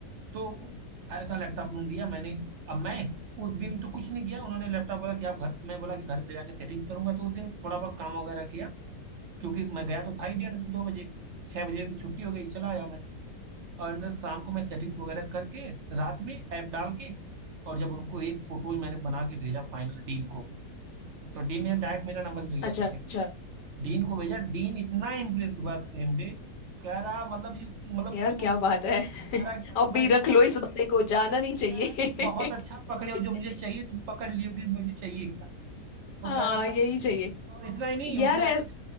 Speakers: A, on the right (about 65°); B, on the left (about 80°).
A: तो ऐसा लैपटॉप उन्होंने दिया मैंने अब मैं उस दिन तो कुछ नहीं किया उन्होंने लैपटॉप बोला कि आप घर मैं बोला कि घर ले जाके सेटिंग्स करूंगा तो उस दिन थोड़ा बहुत काम वगैरह किया क्योंकि मैं गया तो था ही डेढ़ दो बजे छः बजे छुट्टी हो गई चला आया मैं और न- शाम को मैं सेटिंग्स वगैरह करके रात में ऐप डाल के और जब उनको एक फोटो मैंने बना के भेजा फाइनल डीन को तो डीन ने डायरेक्ट मेरा नंबर ले लिया
B: अच्छा
A: था
B: अच्छा
A: सेम डीन को भेजा डीन इतना इम्प्रेस हुआ सेम डे कह रहा मतलब यू मतलब
B: यार
A: तुम
B: क्या
A: कह
B: बात है <laughs>
A: रहा कि भाई
B: अभी
A: मैं
B: रख
A: जो
B: लो इस
A: चा-
B: बंदे को जाना नहीं चाहिए
A: कह रहा तुम बहुत अच्छा पकड़े
B: <laughs>
A: हो जो मुझे चाहिए तुम पकड़ लियो कि मुझे चाहिए क्या वो
B: हाँ
A: कह रहा सारे
B: यही चाहिए
A: और इतना ही नहीं
B: यार
A: उसने
B: ऐस
A: मैनेजर